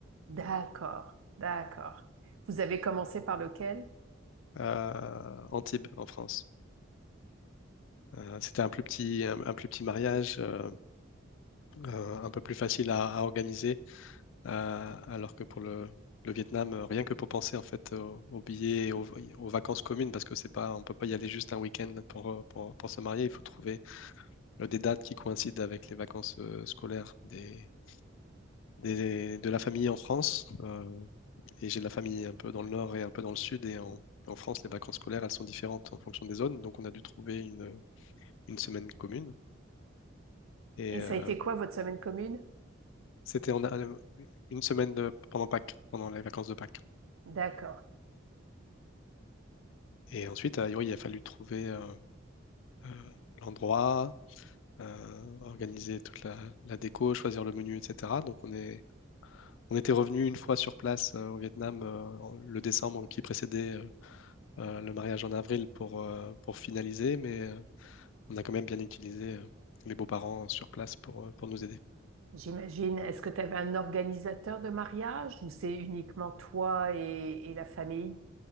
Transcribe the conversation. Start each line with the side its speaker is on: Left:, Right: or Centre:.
Right: D'accord, d'accord. Vous avez commencé par lequel?
Left: à Antibes en France. Euh, c'était un plus petit, un, un plus petit mariage, euh, euh, un peu plus facile à, à organiser, euh, alors que pour le, le Vietnam, euh, rien que pour penser en fait aux, aux billets, et aux, aux vacances communes, parce que c'est pas, on peut pas y aller juste un week-end pour, euh, pour, pour se marier. Il faut trouver euh, des dates qui coïncident avec les vacances euh, scolaires des, des- de la famille en France. Euh, et j'ai de la famille un peu dans le nord et un peu dans le sud. Et en, en France, les vacances scolaires, elles sont différentes en fonction des zones. Donc, on a dû trouver une, une semaine commune. Et
Right: Et ça
Left: euh,
Right: a été quoi votre semaine commune?
Left: c'était en- euh, une semaine de- pendant Pâques, pendant les vacances de Pâques.
Right: D'accord.
Left: Et ensuite, euh, oui, il a fallu trouver euh, euh, l'endroit, euh, organiser toute la, la déco, choisir le menu, etc. Donc, on est, on était revenu une fois sur place euh, au Vietnam euh, en- le décembre qui précédait euh, euh, le mariage en avril pour, euh, pour finaliser. Mais euh, on a quand même bien utilisé euh, les beaux-parents sur place pour, euh, pour nous aider.
Right: J'imagine, est-ce que tu avais un organisateur de mariage ou c'est uniquement toi et, et la famille?